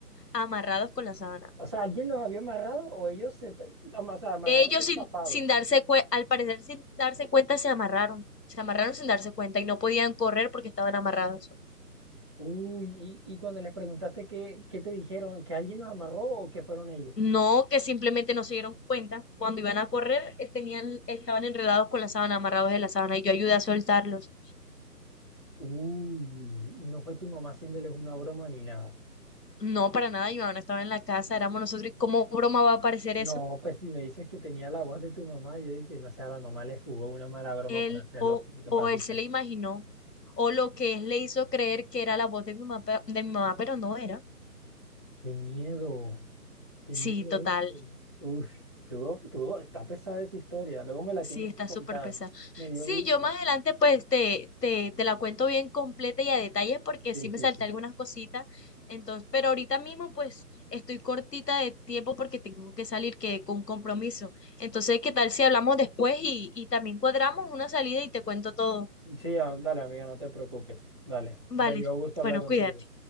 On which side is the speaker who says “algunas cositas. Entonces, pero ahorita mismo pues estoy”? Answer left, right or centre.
Left